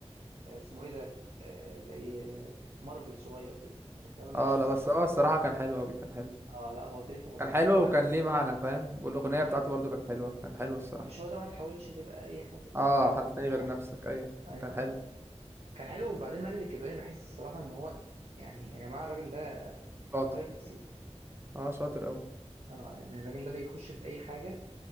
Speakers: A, on the right; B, on the right.
A: آه، اسمه ايه ده آه، زي آه، مارفل صغير كده يعني فاهم اللي
B: اه
A: هو شخصيات
B: لا بس هو الصراحة كان حلو اوي كان حلو
A: اه لا هو ترينتا فظيع
B: كان حلو
A: وبعد-
B: وكان ليه معنى فاهم والأغنية بتاعته
A: كان-
B: برضو كانت حلوة كان حلو الصراحة
A: مش هو ده ما تحاولش تبقى اي حد تاني
B: اه
A: ده
B: حد
A: بس
B: تاني غير
A: هو ده
B: نفسك ايوه
A: اي
B: كان
A: اه
B: حلو
A: كان حلو وبعدين ماجد الكدواني بحس الصراحة ان هو يعني يا جماعة الراجل ده
B: شاطر
A: عبقري تمثيل
B: اه شاطر اوي
A: اه يعني الراجل ده بيخش في اي حاجة